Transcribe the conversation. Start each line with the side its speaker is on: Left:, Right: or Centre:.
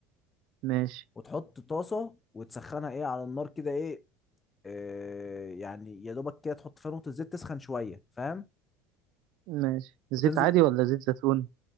Right: ماشي
Left: وتحط طاسه وتسخنها ايه على النار كده ايه آه، يعني يا دوبك كده تحط فيها نقطة زيت تسخن شوية فاهم
Right: ماشي زيت
Left: وتنزل
Right: عادي ولا زيت زيتون